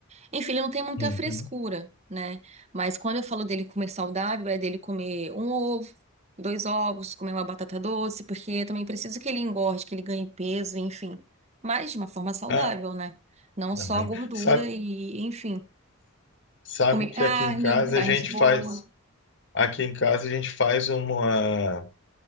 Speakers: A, on the right (about 30°); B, on the left (about 55°).
A: Enfim, ele não tem muita
B: uhum.
A: frescura, né? Mas quando eu falo dele comer saudável, é dele comer um ovo, dois ovos, comer uma batata doce, porque eu também preciso que ele engorde, que ele ganhe peso, enfim. Mas de uma forma saudável,
B: Ah,
A: né? Não só
B: uhum.
A: gordura
B: Sabe,
A: e, enfim.
B: sabe
A: Comer
B: que
A: carne,
B: aqui em casa
A: carne
B: a gente
A: de boi.
B: faz, aqui em casa a gente faz uma,